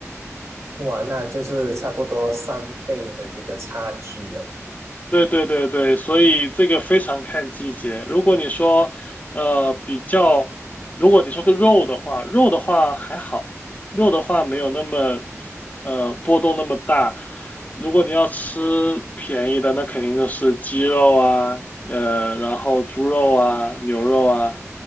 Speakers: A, on the right; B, on the left.
A: 哇，那就是差不多三倍的这个差距了。
B: 对对对对，所以这个非常看季节。如果你说，呃，比较，如果你说个肉的话，肉的话还好，肉的话没有那么，呃，波动那么大。如果你要吃便宜的，那肯定就是鸡肉啊，呃，然后猪肉啊，牛肉啊。